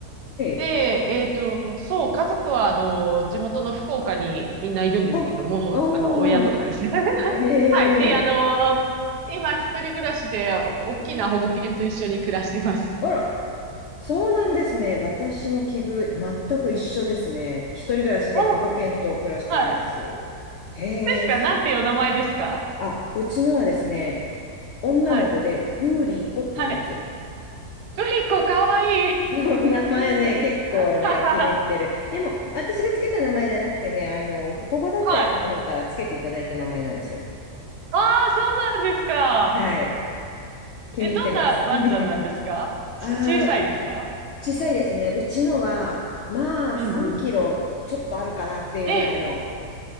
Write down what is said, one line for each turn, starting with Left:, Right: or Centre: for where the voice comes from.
Left: い。
Right: で、えっと、そう、家族は、あの、地元の福岡にみんないるんですけども、
Left: あ、あー、はい。
Right: あの、親とかですね。<laughs>
Left: ええ
Right: はい。で、あの、今、一人暮らしで、大きな保護犬と一緒に暮らしてます。
Left: あら、そうなんですね。私も奇遇、全く一緒ですね。一人暮らしで保護犬と暮らしております。
Right: お、はい。
Left: へえ、
Right: ですかなんていうお名前ですか
Left: あ、うちのはですね、女の子でグーリー子って言います。
Right: はい。はい。グリコ、かわいい。
Left: <laughs> 名前ね、
Right: 初めてです。
Left: 結構ね、
Right: <laughs>
Left: 気に入ってる。でも、私がつけた名前じゃなくてね、あの、保護団体さんの方からつけていただいた名前なんですよ。
Right: はい。ああ、そうなんですか。
Left: はい。気に入ってます。
Right: え、どんなワンちゃんなんですかち、
Left: <laughs> ああ、
Right: 小さいですか
Left: 小さいですね。うちのは、まあ、
Right: うんうん。
Left: 3キロちょっとあるかなっていうぐらいの。
Right: え、